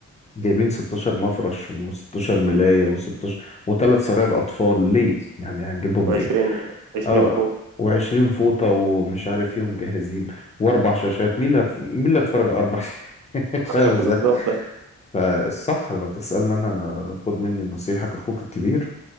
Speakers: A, on the left (about 20°); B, on the right (about 80°).
A: جايبين 16 مفرش و16 ملاية و16 وثلاث سراير أطفال ليه؟ يعني هنجيبهم
B: وعشرين
A: ليه؟
B: عشرين
A: آه
B: فوق
A: و20 فوطة ومش عارف إيه ومجهزين وأربع شاشات مين اللي هت... مين اللي هيتفرج على أربع <laughs> شاشات؟ فاهم
B: <laughs>
A: إزاي؟
B: بالظبط
A: فالصح لو تسألني أنا خد مني النصيحة كأخوك الكبير